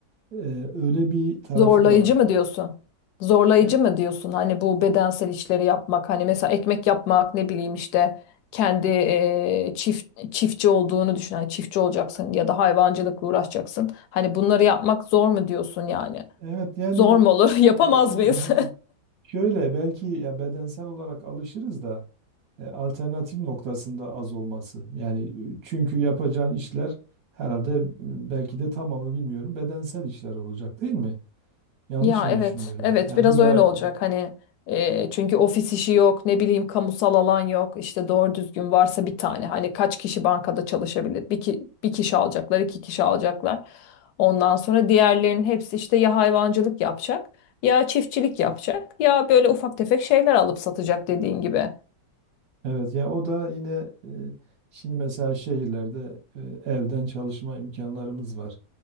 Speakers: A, on the right (about 60°); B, on the left (about 70°).
A: E, öyle bir tarafı
B: Zorlayıcı
A: da var.
B: mı diyorsun? Zorlayıcı
A: E,
B: mı diyorsun? Hani bu bedensel işleri yapmak, hani mesela ekmek yapmak, ne bileyim işte kendi eee, çift çiftçi olduğunu düşün. Hani çiftçi olacaksın ya da hayvancılıkla uğraşacaksın. Hani bunları yapmak zor mu diyorsun yani?
A: evet yani
B: Zor mu olur? <laughs> Yapamaz
A: a- <laughs>
B: mıyız?
A: Şöyle belki ya bedensel olarak alışırız da e, alternatif noktasında az olması. Yani e, çünkü yapacağın işler herhalde e, belki de tamamı bilmiyorum bedensel işler olacak değil mi? Yanlış
B: Ya
A: mı
B: evet,
A: düşünüyorum?
B: evet
A: Yani
B: biraz
A: bu da
B: öyle olacak hani e, çünkü ofis işi yok, ne bileyim kamusal alan yok, işte doğru düzgün varsa bir tane hani kaç kişi bankada çalışabilir? Bir, ki, bir kişi alacaklar, iki kişi alacaklar. Ondan sonra diğerlerinin hepsi işte ya hayvancılık yapacak, ya çiftçilik yapacak, ya böyle ufak tefek şeyler alıp satacak dediğin gibi.
A: evet ya o da yine e, şimdi mesela şehirlerde e, evden çalışma imkanlarımız var.